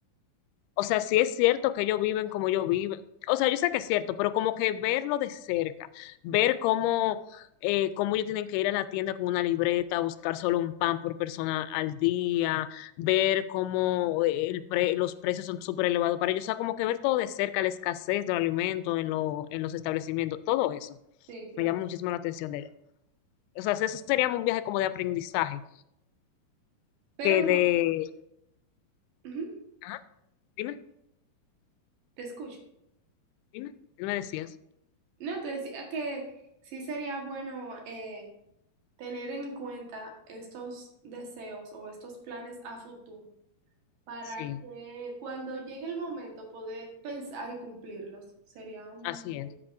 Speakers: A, on the left (about 85°); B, on the right (about 65°).
A: O sea, si es cierto que ellos viven como yo viven, o sea, yo sé que es cierto, pero como que verlo de cerca, ver cómo, eh, cómo ellos tienen que ir a la tienda con una libreta, buscar solo un pan por persona al día, ver cómo eh, el pre- los precios son súper elevados para ellos, o sea, como que ver todo de cerca, la escasez del alimento en, lo- en los establecimientos, todo eso
B: Sí, claro.
A: me llama muchísimo la atención de ella. O sea, ese sería un viaje como de aprendizaje
B: Pero
A: que
B: me-
A: de...
B: ujú,
A: Ajá, dime,
B: Te escucho.
A: dime, ¿qué me decías?
B: No, te decía que sí sería bueno eh, tener en cuenta estos deseos o estos planes a futuro. para
A: Sí,
B: que cuando llegue el momento poder pensar y cumplirlos. Sería un
A: así
B: buen
A: es.